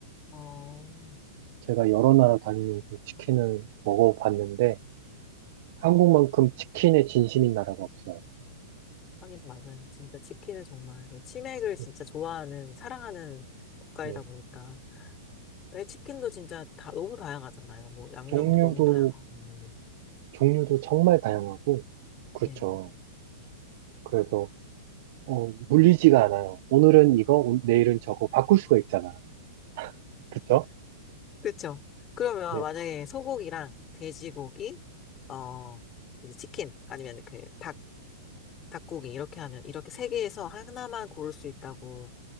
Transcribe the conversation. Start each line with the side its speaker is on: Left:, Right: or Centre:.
Left: <laughs> 어.
Right: 제가 여러 나라 다니면서 치킨을 먹어봤는데 한국만큼 치킨에 진심인 나라가 없어요.
Left: 하긴 맞아요. 진짜 치킨은 정말 그 치맥을 진짜
Right: 네.
Left: 좋아하는 사랑하는 국가이다
Right: 네.
Left: 보니까 왜 치킨도 진짜 다 너무 다양하잖아요. 뭐 양념도
Right: 종류도
Left: 너무 다양하고. 뭐.
Right: 종류도 정말 다양하고 그렇죠.
Left: 네.
Right: 그래서 어, 물리지가 않아요. 오늘은 이거, 오- 내일은 저거 바꿀 수가 있잖아. 그렇죠?
Left: 그렇죠. 그러면
Right: 네.
Left: 만약에 소고기랑 돼지고기, 어 이제 치킨 아니면 그 닭, 닭고기 이렇게 하면 이렇게 세 개에서 하나만 고를 수 있다고